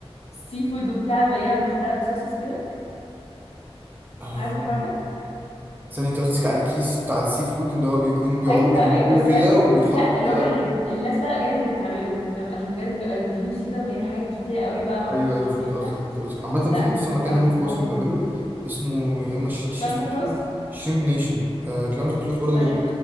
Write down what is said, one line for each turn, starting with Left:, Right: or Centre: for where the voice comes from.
Left: سي فود وبتاع مليانه متغرقه بصوصز كده
Right: ها
Left: عارف انت الحوار ده؟
Right: ثانية انت قصدك على الكيس بتاع السي فود اللي هو بيكون بيقعدوا
Left: ايوه
Right: يربوه
Left: ايوه بس
Right: كده
Left: لا
Right: وبيتحط
Left: بس لا اللي
Right: كده
Left: هم اللي الناس بقى الاجانب اللي بتعمله لما عشان بجد بيبقى جوسي كده مليان حاجات كتيره قوي بقى اوكتوبس
Right: ايوه ايوه
Left: ما
Right: فهمت
Left: اعرفش ايه
Right: قصدك
Left: بتاع
Right: فهمت قصدك عامة
Left: لا
Right: في
Left: بيبقى
Right: اصلا مكان هنا في
Left: بوم
Right: مصر بيعمله اسمه يا اما ش- ش-
Left: كلامز
Right: اسمه
Left: اند كلوز
Right: شريم شريم نيشن آه كلامز اند كلوز برضه
Left: عشان
Right: بيعمله